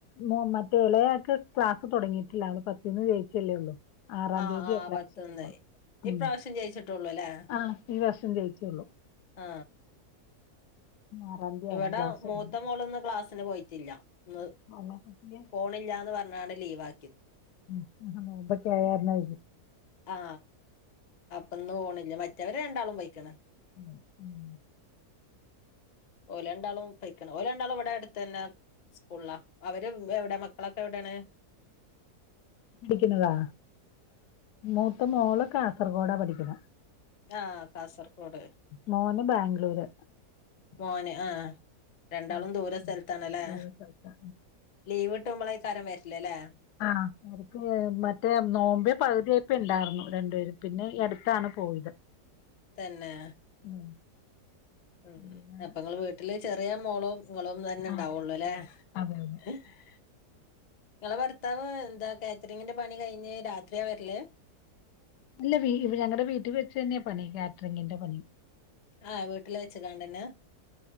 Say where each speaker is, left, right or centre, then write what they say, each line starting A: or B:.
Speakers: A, on the left; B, on the left.
A: മോ മറ്റേ ഇളയ ആക്ക് ക്ലാസ് തൊടങ്ങീട്ടില്ല അത് പത്തീന്ന് ജയിച്ചല്ലേ ഉള്ളൂ ആറാം
B: ആഹ്
A: തീയതി
B: ആഹ്
A: എ ക്ലാസ്സെല്ലണം
B: പത്തൊന്ന്
A: ഉം
B: ഇപ്രാവശ്യം ജയിച്ചിട്ടുള്ളൂ അല്ലേ
A: ആ ഈ വർഷം ജയിച്ചേള്ളൂ
B: ആ
A: ആറാം തീയതി ആവണം
B: ഇവിടെ
A: ക്ലാസ് തുടങ്ങാൻ.
B: മൂത്ത മോളൊന്ന് ക്ലാസ്സിന് പോയിട്ടില്ല മ്
A: അല്ല
B: ഫോണില്ലാന്ന് പറ അന്നാണ് ലീവാ
A: മു മുഹ് മുമ്പൊക്കേയർന്ന്
B: ആ അപ്പന്നപോണില്ല മറ്റവര് രണ്ടാളും പോയിക്കണ്
A: ഉം ഉം
B: ഓലണ്ടാളും പയിക്കണ് ഓലാണ്ടാളും പ ഇവിട അടുത്തന്നെ സ്കൂള് ളാ അവര് എ എവിടെ മക്കളൊക്കെ എവിടേണ്
A: പഠിക്കുന്നതാ മൂത്ത മോള് കാസർഗോഡാ പഠിക്കുന്ന
B: ആ കാസർഗോഡ്
A: മോന് ബാംഗ്ലൂര്.
B: മോന് ആ ആ രണ്ടാളും
A: ഉം.
B: ദൂരെ സ്ഥലത്താണല്ലേ
A: വേറെ സ്ഥലത്താ.
B: ലീവ് ഇട്ട് മ്പളേക്കാരും വരില്ലല്ലേ
A: ആ ഓ മറ്റേ നോമ്പേ പകുതിയായപ്പ ഇണ്ടാർന്നു രണ്ടേരും പിന്നെ ഈ അടുത്താണ് പോയത്
B: തന്നെ
A: ഉം
B: ഉം
A: പിന്നെ
B: അപ്പങ്ങള് വീട്ടില് ചെറിയ മോളോ നിങ്ങളും തന്നെ
A: ആ
B: ഉണ്ടാവോള്ളുല്ലേ
A: മാത്രം. അതെ അതെ
B: ഹ് നിങ്ങളെ ഭർത്താവ് എന്താ കാറ്ററിങ്ങിന്റെ പണി കഴിഞ്ഞ് രാത്രിയാ വരല്
A: ഇല്ല വീ ഞങ്ങടെ വീട്ടിൽ വെച്ച് തന്നെയാ പണി കാറ്ററിങ്ങിന്റെ പണി
B: ആ വീട്ടിൽ വെച്ച് കണ്ടന്നെ